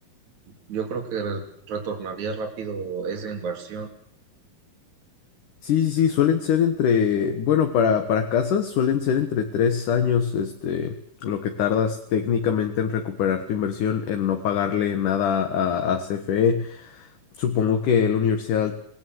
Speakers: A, on the right; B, on the left.
A: yo creo que re- retornaría rápido esa inversión,
B: Sí, sí, sí, suelen ser entre, bueno, para, para casas suelen ser entre tres años, este, lo que tardas técnicamente en recuperar tu inversión, en no pagarle nada a, a CFE. Supongo que la universidad al